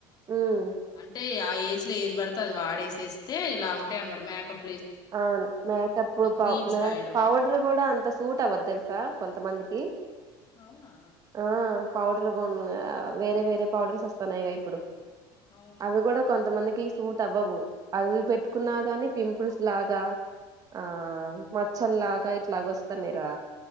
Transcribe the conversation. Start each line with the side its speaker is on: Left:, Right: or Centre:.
Right: హ్మ్.
Left: అంటే ఆ ఏజ్లో ఏది పడితే అది వాడేసేస్తే ఇలా ఉంటాయి అన్నమాట మేకప్
Right: అవును మేకప్ ప
Left: క్రీమ్స్
Right: మ
Left: రాయడం
Right: పౌడర్ గుడా అం త సూట్ అవ్వద్ తెలుసా కొంతమందికి
Left: అవునా
Right: ఆ! పౌడర్ వేరే వేరే పౌడర్స్ వస్తున్నయిగా ఇప్పుడు
Left: అవును
Right: అవి కూడా కొంతమంది కి సూట్ అవ్వవు అవి పెట్టుకున్నా
Left: ఓ,
Right: కాని పిం పుస్లాగా ఆ మచ్చల్లాగా ఇట్లాగ వస్తానయ్ రా